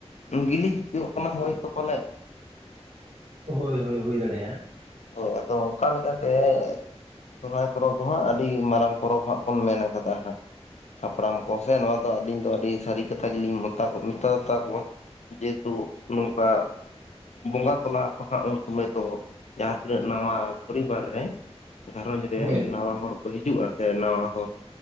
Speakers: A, on the left (about 90°); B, on the right (about 90°).
A: ᱜᱤᱞᱤ ᱪᱚᱜ ᱠᱟᱱᱟ ᱦᱚᱭᱛᱚ ᱯᱟᱞᱮᱫ,
B: ᱦᱳᱭ ᱦᱳᱭ ᱦᱩᱭ ᱫᱟᱲᱮᱭᱟᱜᱼᱟ
A: ᱦᱳᱭ ᱟᱫᱚ ᱚᱱᱠᱟ ᱞᱮᱠᱟᱛᱮ ᱥᱚᱨᱦᱟᱭ ᱯᱚᱨᱚᱵᱽ ᱫᱚ ᱦᱟᱸᱜ ᱟᱹᱰᱤ ᱢᱟᱨᱟᱝ ᱯᱚᱨᱚᱵᱽ ᱦᱟᱸᱜ ᱵᱚᱱ ᱢᱮᱱ ᱟᱠᱟᱫᱟ ᱦᱟᱸᱜ, ᱦᱟᱯᱲᱟᱢ ᱠᱚ ᱥᱮ ᱱᱚᱣᱟ ᱫᱚ ᱟᱹᱞᱤᱧ ᱫᱚ ᱟᱹᱰᱤ ᱥᱟᱹᱨᱤ ᱠᱟᱛᱷᱟ ᱜᱮ ᱞᱤᱧ ᱢᱮᱛᱟᱣᱟᱛᱟ ᱠᱚᱣᱟ ᱾ ᱡᱮᱦᱮᱛᱩ ᱱᱚᱝᱠᱟ ᱵᱚᱸᱜᱟ ᱛᱟᱞᱟ ᱦᱟᱸᱜ ᱩᱱ ᱥᱚᱢᱚᱭ ᱫᱚ ᱼᱼ ᱡᱟᱦᱟᱸ ᱛᱤᱱᱟᱹᱜ ᱱᱟᱣᱟ ᱯᱚᱨᱤᱵᱟᱨ ᱨᱮ ᱜᱷᱟᱨᱚᱸᱡᱽ ᱨᱮ
B: ᱦᱳᱭ ᱦᱳᱭ
A: ᱱᱟᱶᱟ ᱦᱚᱲ ᱼᱼ ᱦᱤᱡᱩᱜ-ᱟ ᱥᱮ ᱱᱟᱣᱟ ᱦᱚᱸ